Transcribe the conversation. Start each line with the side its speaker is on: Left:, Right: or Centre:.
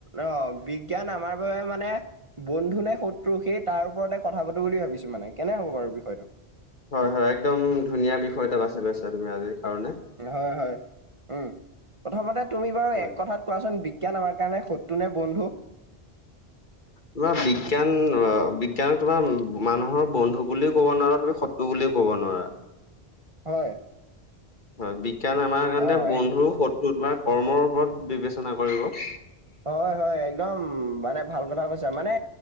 Right: অ', বিজ্ঞান আমাৰ বাবে মানে বন্ধু নে শত্ৰু সেই তাৰ ওপৰতে কথা পাতো বুলি ভাবিছো মানে, কেনে হ'ব বাৰু বিষয়টো?
Left: হয়, হয়, একদম ধুনীয়া বিষয় এটা বাছি লৈছা তুমি আজিৰ কাৰণে।
Right: হয়, হয়, উম, প্ৰথমতে তুমি বাৰু
Left: হয়
Right: এক কথাত কোৱাচোন বিজ্ঞান আমাৰ কাৰণে শত্ৰু নে বন্ধু?
Left: তোমাৰ বিজ্ঞান অ', বিজ্ঞানৰ তোমাৰ মানুহৰ বন্ধু বুলিও ক'ব নোৱাৰা তুমি শত্ৰু বুলিও ক'ব নোৱাৰা।
Right: হয়।
Left: হয়, বিজ্ঞান আমাৰ কাৰণে
Right: অ
Left: বন্ধু
Right: এক
Left: শত্ৰু তোমাৰ কৰ্মৰ ওপৰত বিবেচনা কৰিব।
Right: হয়, হয়, একদম মানে ভাল কথা কৈছা, মানে